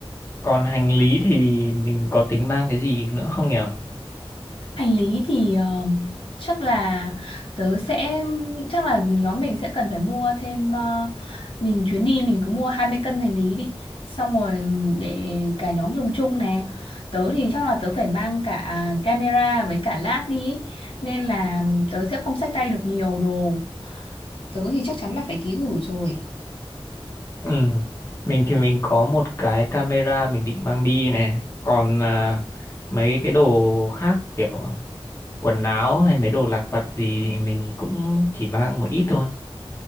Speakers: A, on the left; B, on the left.
A: còn hành lý thì mình có tính mang cái gì nữa không nhỉ?
B: Hành lý thì ờ, chắc là tớ sẽ chắc là nhóm mình sẽ cần phải mua thêm ờ, mình chuyến đi mình cứ mua 20 cân hành lý đi xong rồi để cả nhóm dùng chung nè tớ thì chắc là tớ phải mang cả camera với cả lab đi ý. nên là tớ sẽ không xách tay được nhiều đồ tớ thì chắc chắn là phải ký gửi rồi
A: Ừ. Mình thì mình có một cái camera mình định mang đi này. Còn à, mấy cái đồ khác kiểu quần áo hay mấy đồ lặt vặt gì thì mình cũng chỉ mang một ít thôi.